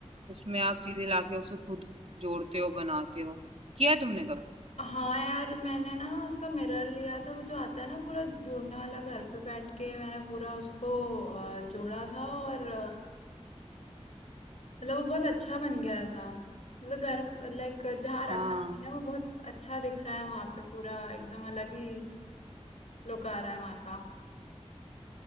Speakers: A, on the right (about 65°); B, on the left (about 75°).
A: उसमें आप चीजें लाके उसे खुद जोड़ते हो बनाते हो किया है तुमने कभी
B: हाँ यार मैंने ना उसका मिरर लिया था वो जो आता है ना पूरा जोड़ने वाला घर पे बैठ के मैंने पूरा उसको अ, जोड़ा था और मतलब वो बहुत अच्छा बन गया था मतलब घर लाइक जहाँ रखा
A: हाँ
B: है ना वो बहुत अच्छा दिख रहा है वहां पे पूरा एकदम अलग ही लुक आ रहा है वहां का